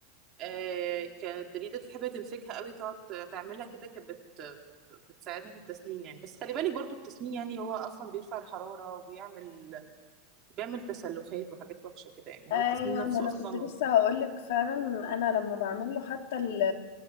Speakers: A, on the right (about 30°); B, on the left (about 70°).
A: آه كانت دليدة تحب تمسكها قوي تقعد تعملها كده كانت بت بتساعدها في التسنين يعني بس خلي بالك برضو التسنين يعني هو اصلا بيرفع الحرارة وبيعمل بيعمل تسلخات وحاجات وحشة كده يعني هو
B: ايوه
A: التسنين نفسه
B: ما انا
A: اصلا
B: كنت لسه هقولك فعلا انا لما بعمل له حتى ال